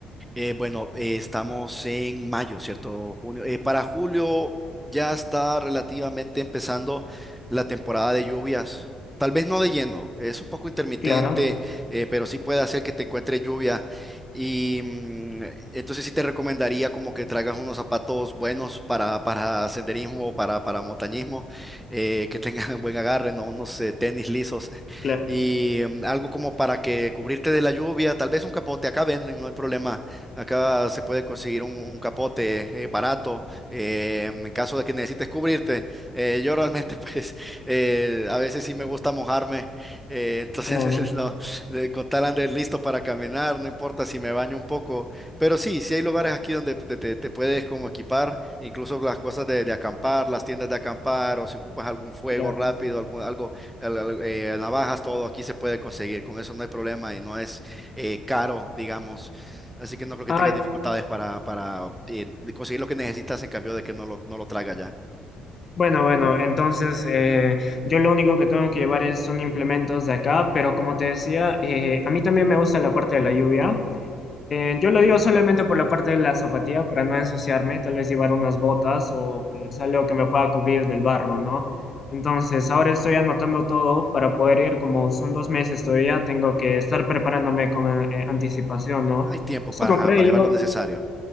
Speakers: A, in the centre; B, on the left.
A: Eh, bueno, eh, estamos en mayo, ¿cierto? Junio. Eh, para julio ya está relativamente empezando la temporada de lluvias. Tal vez no de lleno, es un poco intermitente,
B: Claro,
A: eh, pero sí puede hacer que te encuentre lluvia. Y mm, entonces sí te recomendaría como que traigas unos zapatos buenos para, para senderismo, para, para montañismo, eh, que tengan <laughs> buen agarre, ¿no? Unos eh, tenis lisos
B: Claro,
A: y mm, algo como para que cubrirte de la lluvia, tal vez un capote, acá venden, no hay problema Acá se puede conseguir un, un capote eh, barato eh, en caso de que necesites cubrirte. Eh, yo realmente, <laughs> pues, eh, a veces sí me gusta mojarme. eh, entonces,
B: bueno,
A: <laughs> no, de- con tal andar listo para caminar, no importa si me baño un poco. Pero sí, sí hay lugares
B: muy
A: aquí donde te, te- te puedes como equipar, incluso las cosas de, de acampar, las tiendas de acampar, o si ocupas algún fuego
B: claro.
A: rápido, algún, algo, al- al- eh, navajas, todo aquí se puede conseguir. Con eso no hay problema y no es eh, caro, digamos. Así que no creo que
B: ay.
A: tengas dificultades para, para eh, conseguir lo que necesitas en cambio de que no lo, no lo traga ya.
B: Bueno, bueno, entonces eh, yo lo único que tengo que llevar es, son implementos de acá, pero como te decía, eh, a mí también me gusta la parte de la lluvia. Eh, yo lo digo solamente por la parte de la zapatilla para no ensuciarme, tal vez llevar unas botas o pues algo que me pueda cubrir del barro, ¿no? Entonces ahora estoy anotando todo para poder ir, como son dos meses todavía, tengo que estar preparándome con eh, anticipación, ¿no?
A: Hay tiempo
B: Eso
A: para,
B: compré
A: ajá, para
B: yo
A: llevar lo necesario.